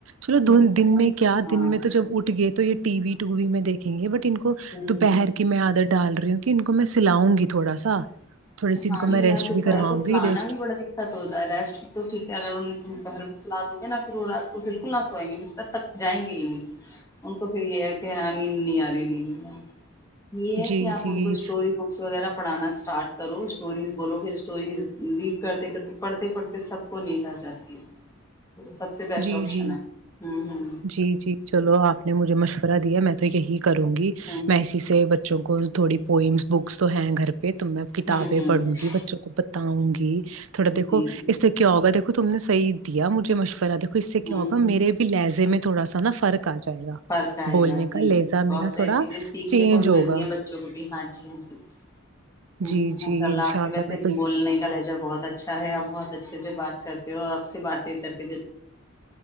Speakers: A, on the right (about 80°); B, on the left (about 15°).
A: چلو
B: نہیں پتا
A: دن میں کیا
B: ہاں
A: دن میں تو جب اٹھ گئے تو یہ ٹی وی ٹووی میں دیکھ کھینگے بٹ ان کو
B: ہ
A: دوپہر کی میں عادت ڈال رہی ہوں ان کو میں سلاؤں گی تھوڑا سا تھوڑی سی
B: ہاں
A: ان کو
B: نہیں
A: میں ریسٹ
B: یار تو
A: بھی
B: سیر
A: کرواؤں
B: کو چلانا
A: گی ریسٹ
B: بھی بڑا دقت ہوجاتا ہے ریسٹ تو ٹھیک کہ اگر ان ت پہر میں سلاد گے نا پھر وہ رات کو بالکل نہ سوئیں گے بستر تک جائیں گے ہی نیند ان کو پھر یہ ہے کہ ہاں نیند نہیں آ رہی نیند نہیں آرہی یہ ہے
A: جی
B: کہ آپ
A: جی
B: ان کو اسٹوری بکس وغیرہ پڑھانا اسٹارٹ کرو اسٹوریز بولو کہ اسٹوریز ریڈ کرتے کرتے پڑھتے پڑھتے سب کو نیند آ جاتی ہے وہ سب سے بیسٹ
A: جی
B: آپشن
A: جی
B: ہے ہوں
A: جی جی چلو آپ نے مجھے مشور را دیا میں تو یہی کروں گی
B: ہوں
A: میں اسی سے بچ بچوں کو تھوڑی پوئمس بکس تو ہیں گھر تم میں کتابیں
B: ہوں ہوں
A: پڑھوں
B: ہوں
A: گی بچوں کو بتاؤں گی تھوڑا دیکو
B: جی جی
A: اس سے کیا ہوگا دیکھو تم نے صحیح دیا مجھے مشورہ دیکھو اس سے کیا
B: ہوں
A: ہوگا میرے بھی لہزے میں تھوڈا سا نا فرق آ جائے گا
B: فرق آئے
A: بولنے
B: گا جی
A: کا لہجہ
B: جی بہت
A: میرا
B: ساری
A: تھوڑا
B: چیزیں سیکھنے
A: چینج
B: کو بھی
A: ہوگا
B: ملتی ہیں بچوں کو بھی ہاں جی ہاں جی ہمم
A: جی
B: ماشا
A: جی
B: اللہ
A: انشاء
B: آپ کی ویسے
A: میں تو
B: بولنے کا لہجہ بہت اچھا ہے آپ بہت اچھے سے بات بات کرتے ہو اور آپ سے باتیں کر کے دل